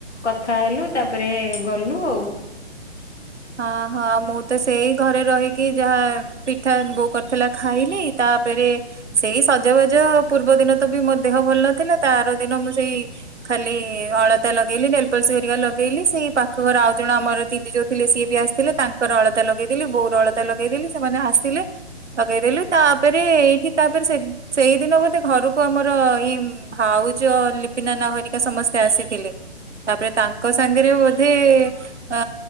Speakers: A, on the left; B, on the right.
A: କଥା ହେଲୁ ତାପରେ ଗଲୁ ଆଉ।
B: ହଁ ହଁ ମୁଁ ତ ସେଇ ଘରେ ରହିକି ଯାହା ପିଠା ବୋଉ କରିଥିଲା ଖାଇଲି ତାପରେ ସେଇ ସଜବାଜ ତା ପୂର୍ବଦିନ ତ ବି ମୋ ଦେହ ଭଲ ନଥିଲା ତା ଆର ଦିନ ମୁଁ ସେଇ ଖାଲି ଅଳତା ଲଗେଇଲି। ନେଲପଲିସ୍ ଏରିକା ଲଗେଇଲି ସେଇ ପାଖ ଘର ଆଉ ଜଣ ଆମର ଦିଦି ଯେ ଥିଲେ ସିଏ ବି ଆସିଥିଲେ ତାଙ୍କର ଅଳତା ଲଗେଇଦେଲି ବୋଉର ଅଳତା ଲଗେଇଦେଲି ସେମାନେ ଆସିଲେ ଲଗେଇଦଲୁ ତା ତାପରେ ଏଇଠି ତାପରେ ସେ ସେଇଦିନ ବୋଧେ ଘରକୁ ଆମର ଏଇ ଭାଉଜ ଲିପି <unintelligible> ହେରିକା ସମସ୍ତେ ଆସିଥିଲେ ତାପରେ ତାଙ୍କ ସାଙ୍ଗରେ ବୋଧେ ଆ